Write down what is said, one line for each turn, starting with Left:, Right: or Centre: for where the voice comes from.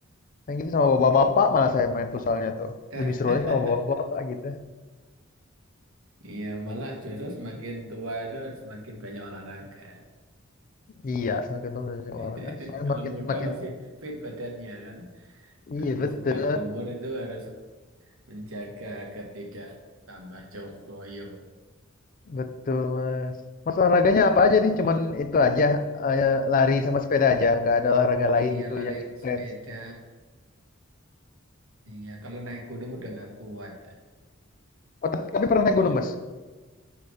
Left: Yang gitu sama bapak-bapak malah saya main futsalnya tuh.
Right: <laughs>
Left: Lebih seru aja sama bapak-bapak gitu.
Right: Iya, malah justru semakin tua itu harus semakin banyak olahraga.
Left: Iya, semakin lama
Right: <laughs>
Left: olahraga. Soalnya
Right: Kalau
Left: makin
Right: muda
Left: makin
Right: masih fit badannya kan. Kalau
Left: Iya betul,
Right: sudah berumur itu harus menjaga agar tidak tambah cowok loyo.
Left: betul Mas. Mas olahraganya apa aja nih? Cuman itu aja, eh, lari sama sepeda aja, nggak ada olahraga lain
Right: Iya
Left: gitu
Right: lari
Left: yang intens.
Right: sepeda. Iya kalau naik gunung udah nggak kuat.
Left: Oh, t- tapi pernah naik gunung Mas?